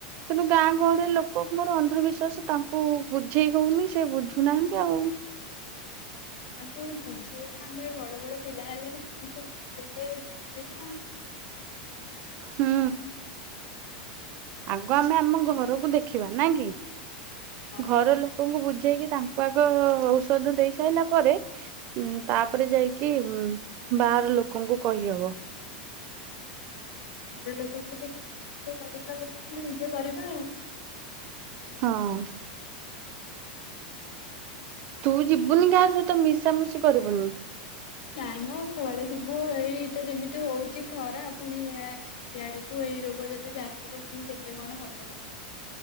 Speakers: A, on the right (about 40°); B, on the left (about 90°).
A: କିନ୍ତୁ ଗାଁ ଗହଳିରେ ଲୋକ ମୋର ଅନ୍ଧବିଶ୍ଵାସ ତାଙ୍କୁ ବୁଝେଇ ହଉନି ସେ ବୁଝୁନାହାଁନ୍ତି ଆଉ।
B: ତାଙ୍କୁ ବୁଝେଇବା ଆମେ ବଡ଼ ବଡ଼ ପିଲା ହେଲେଣି ସମସ୍ତେ ବୁଝେଇଲେ ବୁଝିବେ ନା ଆଉ।
A: ହୁଁ ଆଗ ଆମେ ଆମ ଘରକୁ ଦେଖିବା ନାଁ କି?
B: ଆଉ। ହଁ
A: ଘର ଲୋକଙ୍କୁ ବୁଝେଇକି ତାଙ୍କୁ ଆଗ ଔଷଧ ଦେଇ ସାଇଲା ପରେ ଉଁ ତାପରେ ଯାଇକି ବାହାର ଲୋକଙ୍କୁ କହିହବ।
B: ଘର ଲୋକଙ୍କୁ ଟିକେ ସତର୍କ କରିବା କଥା ଆମେ ନିଜେ କରିବା ଆଉ।
A: ହଁ ତୁ ଯିବୁନି କାହା ସହିତ ମିଶାମଶି କରିବୁନି।
B: ନାଇଁ ମ କୁଆଡ଼େ ଯିବୁ ଏଇ ତ ଯେମିତି ହୋଉଛି। ଖରା ପୁଣି ଇଆଡ଼କୁ ଏଇ ରୋଗ ଯଦି ବ୍ୟାପିବ ପୁଣି କେତେ କଣ ହବ ଲୋ ମା।